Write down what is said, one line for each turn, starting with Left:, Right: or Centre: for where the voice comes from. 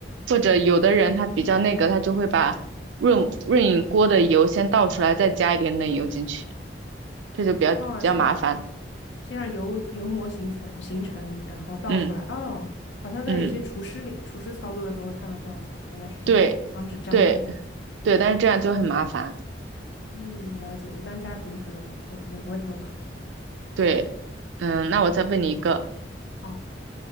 Right: 或者有的人他比较那个，他就会把润润饮锅的油先倒出来，再加一点冷油进去，这就比较比较麻烦。
Left: 哦，先先让油油膜形成形成，然后倒出来。
Right: 嗯
Left: 哦，好像在有些厨师里厨师操作的时候会看到这样的操作，
Right: 嗯，
Left: 原来是这样，
Right: 对对
Left: 防止粘锅。
Right: 对，但是这样就很麻烦。
Left: 嗯，了解。一般家庭可能就可能不会这么麻烦。
Right: 对，嗯，那我再问你一个，
Left: 好，